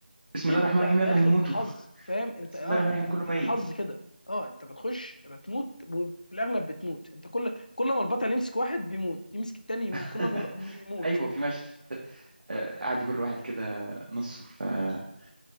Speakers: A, on the right; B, on the left.
A: بسم الله
B: انت
A: الرحمن الرحيم يلا
B: داخل
A: هنموتوا
B: حظ فاهم انت
A: بسم
B: اه
A: الله الرحمن
B: انت
A: الرحيم كله ميت
B: حظ كده اه انت بتخش هتموت وفي الاغلب بتموت انت كل كل ما البطل يمسك واحد بيموت يمسك التاني يموت
A: <laughs>
B: كل ما يرو- يموت
A: ايوه في مشهد آه، قعد يجر واحد كده نصه فكان